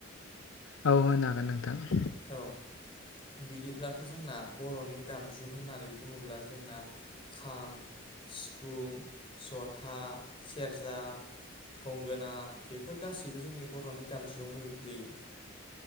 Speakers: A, on the left (about 70°); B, on the left (about 25°).
A: औ होनो हागोन नोंथां।
B: औ बिदिब्लाथ' जोंना बर'नि दामजु होननानै बुङोब्ला जोंना खाम सिफुं जथा सेरजा गंगोना बेफोर गाैसैबो जोंनि बर'नि दामजुवावनो गोग्लैयो।